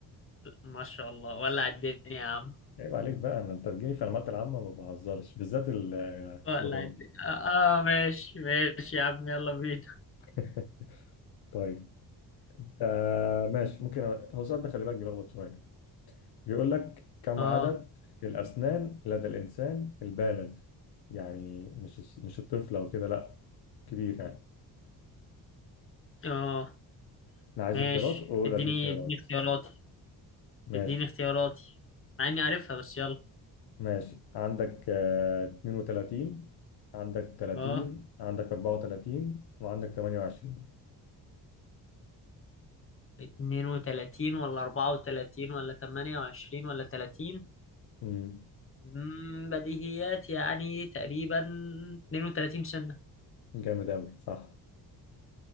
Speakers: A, on the left; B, on the left.
A: ما شاء الله ولع الدنيا يا عم
B: عيب عليك بقى أنا- انت تجيني في المعلومات العامه ما بهزرش بالذات الجغرافيا
A: ولع الدنيا اه آه، ماشي ماشي يا عم يلا بينا
B: <laughs> طيب آه ماشي ممكن أ- هو السؤال ده خلي بالك بيلخبط شويه بيقول لك كم
A: اه
B: عدد الاسنان لدى الانسان البالغ يعني مش مش الطفل او كده لا كبير يعني
A: اه
B: انا عايز
A: ماشي
B: خيارات اقول
A: اديني
B: اديك خيارات
A: اديني اختياراتي
B: ماشي
A: اديني اختياراتي مع اني عارفها بس يلا
B: ماشي عندك آه، 32 عندك 30
A: اه
B: عندك 34 وعندك 28
A: اتنين وتلاتين ولا اربعة وتلاتين ولا تمانية وعشرين ولا تلاتين
B: امم
A: مم، بديهيات يعني تقريبا اتنين وتلاتين سنة
B: جامد أوي صح